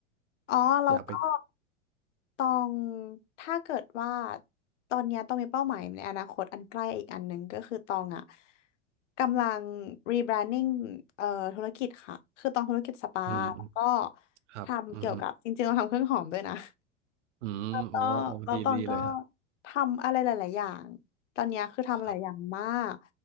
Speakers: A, on the left; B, on the right.
A: อ๋อแล้วก็
B: อยากไป
A: ตองถ้าเกิดว่าตอนเนี้ยตองมีเป้าหมายในอนาคตอันใกล้อีกอันหนึ่งก็คือตองอ่ะกำลัง rebranding เอ่อธุรกิจค่ะคือตองธุรกิจสปาแล้วก็
B: อืมอืมครับอืมฮึ
A: ทำเกี่ยวกับจริงๆเราทำเครื่องหอมด้วยนะ
B: อืมโอ้โอ้ดีดีเลยฮะ
A: ก็แล้วตองก็ทำอะไรหลายๆอย่างตอนเนี้ยคือทำหลายอย่างมาก
B: ครับ